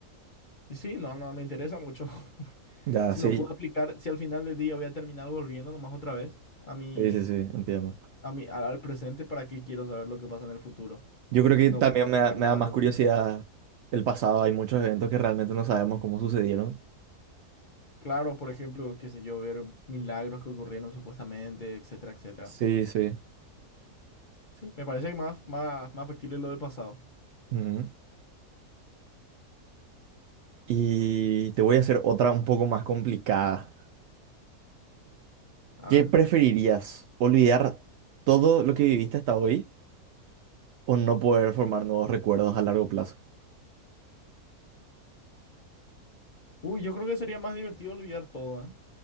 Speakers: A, on the left; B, on the right.
A: Y sí, no, no, me interesa mucho. <laughs>
B: Ya,
A: Si
B: sí,
A: no puedo aplicar, si al final del día voy a terminar volviendo nomás otra vez a mi,
B: sí, sí, sí, entiendo.
A: a mí, al al presente, ¿para qué quiero saber lo que pasa en el futuro?
B: Yo creo
A: Si
B: que
A: no
B: también
A: puedo aplicar
B: me da, me
A: nada
B: da más
A: de lo
B: curiosidad
A: que aprendo.
B: el pasado. Hay muchos eventos que realmente no sabemos cómo sucedieron.
A: Claro, por ejemplo, qué sé yo, ver milagros que ocurrieron supuestamente, etcétera, etcétera.
B: Sí, sí.
A: Sí, me parece que más, más, más factible lo del pasado.
B: Ujú. Y te voy a hacer otra un poco más complicada.
A: A
B: ¿Qué
A: ver.
B: preferirías? ¿Olvidar todo lo que viviste hasta hoy o no poder formar nuevos recuerdos a largo plazo?
A: Uy, yo creo que sería más divertido olvidar todo, ¿eh?